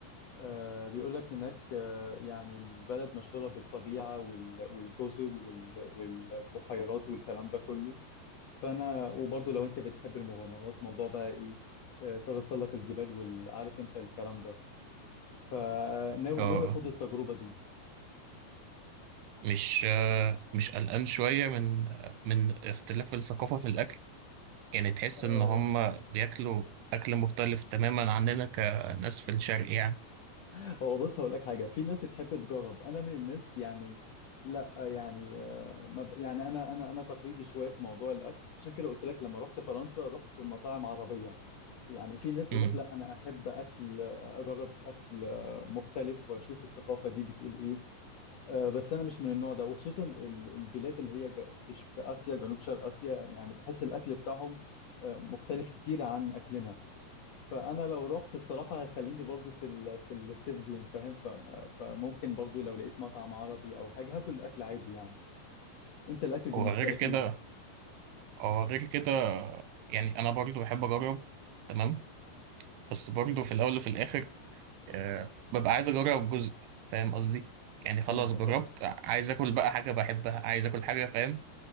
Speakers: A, on the left (about 65°); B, on the right (about 80°).
A: أه، بيقول لك هناك أه، يعني البلد مشهوره بالطبيعه وال- والجزر وال- والبحيرات والكلام ده كله فانا وبرضو لو انت بتحب المغامرات موضوع بقى ايه أه، تتسلق الجبال والعارف انت الكلام ده فناوي
B: اه آه.
A: ناوي اخد التجربه دي
B: مش آه، مش قلقان شوية من آه، من اختلاف الثقافة في الاكل يعني تحس
A: آه،
B: ان هم بياكلوا اكل مختلف تماما عننا كناس في الشرق يعني
A: هو بص هقول لك حاجه في ناس تحب تجرب انا من الناس يعني لا يعني آه، ما ب- يعني انا انا انا تقليدي شويه في موضوع الاكل عشان كده قلت لك لما رحت فرنسا رحت مطاعم عربيه يعني في ناس تقول
B: امم
A: لك لا انا احب اكل اجرب اكل آه، مختلف واشوف الثقافه دي بتقول ايه آه، بس انا مش من النوع ده وخصوصا ال- البلاد اللي هي ج- في ش- في اسيا جنوب شرق اسيا يعني بحس الاكل بتاعهم آه، مختلف كتير عن اكلنا فانا لو رحت الصراحه هخليني برضو في ال في السيف زون فاهم ف... فممكن برضو لو لقيت مطعم عربي او حاجه هاكل الاكل عادي يعني انت الاكل بالنسبه
B: وغير
A: لك
B: كده
A: ايه
B: هو غير كده يعني انا برضو بحب اجرب تمام بس برضو في الاول وفي الاخر آه ببقى عايز اجرب جزء فاهم قصدي يعني خلاص
A: فهمتك
B: جربت
A: اه
B: عايز اكل بقى حاجة بحبها عايز اكل حاجة فاهم